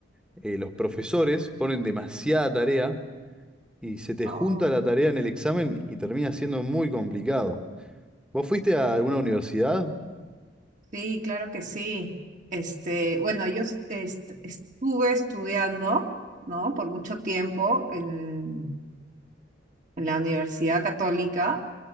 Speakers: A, in the centre; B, on the right.
A: eh, los profesores ponen demasiada tarea y se te
B: Oh.
A: junta la tarea en el examen y termina siendo muy complicado. ¿Vos fuiste a alguna universidad?
B: Sí, claro que sí. Este, bueno, yo es- est- estuve estudiando, ¿no? Por mucho tiempo en, en la Universidad Católica